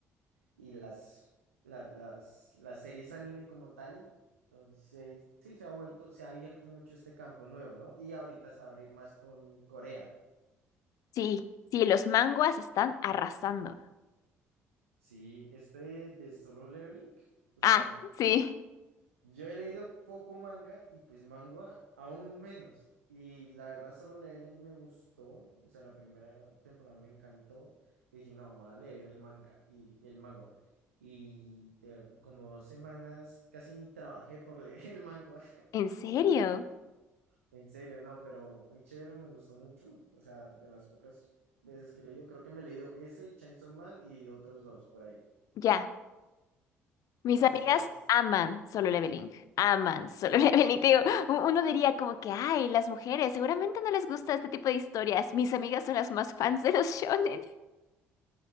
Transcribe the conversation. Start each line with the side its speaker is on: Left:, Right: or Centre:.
Right: y las, las, las, las series anime como tal. Entonces, sí, se ha vuelto, se ha abierto mucho este campo nuevo, ¿no? Y ahorita se va a abrir más con Corea.
Left: sí, sí, los manguas están arrasando.
Right: Sí, este de Solo Leveling. O
Left: Ah,
Right: sea, y-
Left: sí,
Right: yo he leído poco manga y pues manga aún menos. Y la verdad, Solo Leveling me gustó. O sea, la primera temporada me encantó. Que dije, no, vamos a leer el manga y el manga. Y de ver- como dos semanas casi ni trabajé por <laughs> leer el manga.
Left: ¿en serio?
Right: En serio, no, pero muy chévere, me gustó mucho. O sea, de las pocas veces que he leído, creo que me he leído ese, Chainsaw Man y otros dos por ahí.
Left: Ya. Mis
Right: No
Left: amigas
Right: sé si te has...
Left: aman Solo Leveling, aman Solo <laughs> Leveling. Te digo, u- uno diría como que, ay, las mujeres seguramente no les gusta este tipo de historias. Mis amigas son las más <laughs> fans de los shonen.